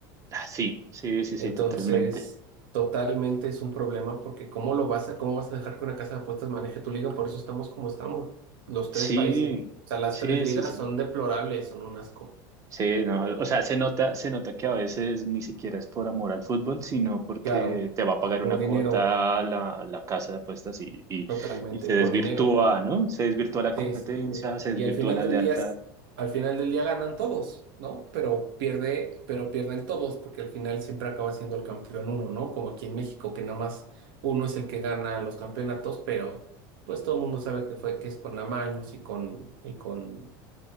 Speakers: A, on the right; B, on the right.
A: Ah, sí, sí, sí,
B: Entonces,
A: sí, totalmente.
B: totalmente es un problema porque ¿cómo lo vas a, cómo vas a dejar que una casa de apuestas maneje tu liga? Por eso estamos como estamos, los tres
A: Sí,
B: países. O sea, las
A: sí,
B: tres ligas
A: sí, sí.
B: son deplorables, son un asco.
A: Sí, no, o sea, se nota, se nota que a veces ni siquiera es por amor al fútbol, sino porque
B: Claro,
A: te va a pagar
B: por
A: una
B: dinero,
A: cuota la, la casa de apuestas y, y,
B: totalmente,
A: y se desvirtúa,
B: por dinero.
A: ¿no? Se desvirtúa la
B: Sí,
A: competencia,
B: sí, sí.
A: se
B: Y
A: desvirtúa
B: al final
A: la
B: del
A: lealtad.
B: día, al final del día ganan todos, ¿no? Pero pierde, pero pierden todos, porque al final siempre acaba siendo el campeón uno, ¿no? Como aquí en México, que nada más uno es el que gana los campeonatos, pero pues todo el mundo sabe que fue, que es con amaños y con, y con